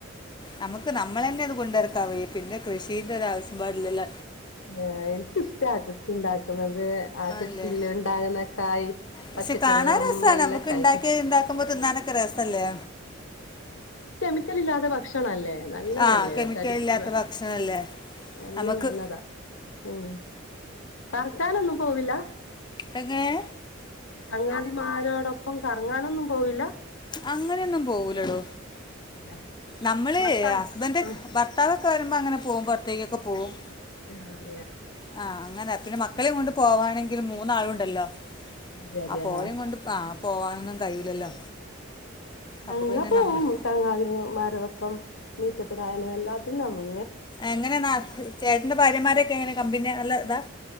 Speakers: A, on the left (about 20°); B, on the left (about 70°).
A: നമുക്ക് നമ്മൾ തന്നെ അത് കൊണ്ടരക്ക കവയെ പിന്നെ കൃഷിന്റെ ഒരു ആവശ്യം പാടില്ലല്ല
B: ആ എനിക്കിഷ്ട ആകൃഷി ഉണ്ടാക്ക അ ആ
A: ആണല്ലേ
B: കൃഷിൽ ഉണ്ടാകുന്ന കായ്
A: പക്ഷെ
B: പച്ചക്കറികളും
A: കാണാൻ രസമാണ്
B: എല്ലാം
A: നമുക്ക്
B: കായസ
A: ഉണ്ടാക്കി ഉണ്ടാക്കുമ്പോൾ തിന്നാനൊക്കെ രസമല്ലേ
B: ഇക്കലില്ലാതെ ഭക്ഷണമല്ലേ നല്ലതല്ലേ
A: ആ കെമിക്കൽ
B: തടിക്ക
A: ഇല്ലാത്ത ഭക്ഷണമല്ലേ
B: നല്ല
A: നമുക്ക്
B: നല്ലതാ ഉം കർക്കാനൊന്നും പോവില്ല
A: എങ്ങനെ
B: കറങ്ങാതിമാരോടൊപ്പം കറങ്ങാനൊന്നും പോയിില്ല
A: അങ്ങനെയൊന്നും പോകലടോ
B: ഇല്ല
A: നമ്മള്
B: ഭർത്താവ്
A: ഹസ്ബൻന്റെ
B: ആ
A: ഭർത്താവ ക്കെ വരുമ്പോ അങ്ങനെ പോക്പ പുറത്തേക്കെ പോകവും
B: ആഹ
A: ആഹ് അങ്ങനെ പിന്നെ മക്കളെയ കൊണ്ട് പോവാണെങ്കിൽ എ ഒരു മൂന്നാളുണ്ടല്ലോ
B: അതെ അതെ
A: അ പോരും
B: ആ
A: കൊണ്ട് ആ പോകാനൊന്നും കഴിയില്ലല്ലോ അപ്പോൾ
B: അങ്ങ
A: പിന്നെ
B: പോകും
A: നമ്മൾ
B: ചങ്ങാതിമാരോ ഒപ്പം മീറ്റപ്പനായാലും എല്ലാത്തിും തങ്ങും
A: എങ്ങനെയെന്നാ ചേട്ടന്റെ ഭാര്യമാരൊക്കെ എങ്ങനെ കമ്പിന നല്ല ന്ത